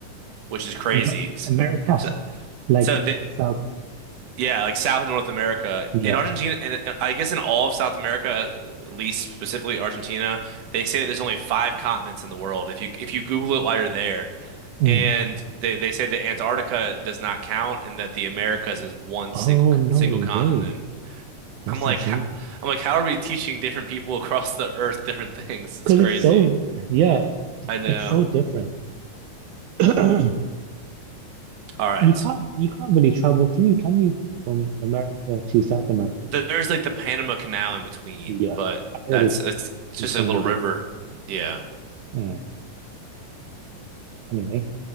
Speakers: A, on the right; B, on the right.
A: which is crazy.
B: Amer Americas,
A: So
B: like
A: So the
B: South.
A: yeah, like South and North America
B: Yeah.
A: in Argentina, and and I guess in all of South America, at least specifically Argentina, they say that there's only five continents in the world. If you if you Google it while you're there,
B: Mm.
A: and they they say that Antarctica does not count, and that the Americas is one
B: Oh,
A: single
B: no
A: single continent.
B: way. That's
A: I'm like,
B: insane.
A: how, I'm like, how are we teaching different people <laughs> across the earth different things? It's
B: Because
A: crazy.
B: it's so, yeah,
A: I know.
B: it's so different. <clears throat>
A: All right,
B: You can't you can't really travel through, can you, from America to South America?
A: Th- there's like the Panama Canal in between,
B: Yeah,
A: but
B: I heard
A: that's
B: it's
A: it's it's
B: insanely
A: just a little
B: difficult.
A: river. Yeah.
B: Mm. Anyway,